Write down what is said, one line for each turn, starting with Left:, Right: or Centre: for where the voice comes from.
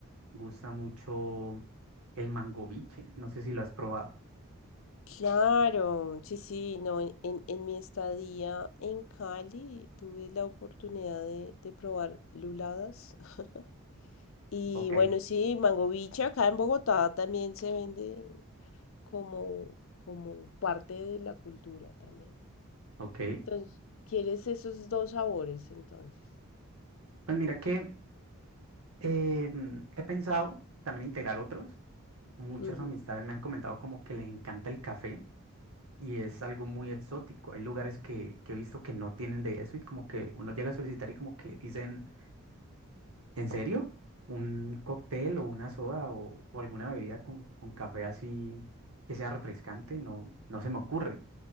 Right: gusta mucho el mangoviche. No sé si lo has probado.
Left: Claro, sí, sí, no, en, en- en mi estadía en Cali tuve la oportunidad de, de probar luladas. <laughs> Y
Right: Ok,
Left: bueno, sí, mangoviche acá en Bogotá también se vende como, como parte de la cultura también.
Right: ok.
Left: Entonces, ¿quieres esos dos sabores entonces?
Right: Pues mira que eh, mm, he pensado también integrar otros. Muchas
Left: Ujú,
Right: amistades me han comentado como que les encanta el café. Y es algo muy exótico. Hay lugares que, que he visto que no tienen de eso y como que uno llega a solicitar y como que dicen, ¿en serio? Un cóctel o una soda o, o alguna bebida con, con café así que sea refrescante, no, no se me ocurre.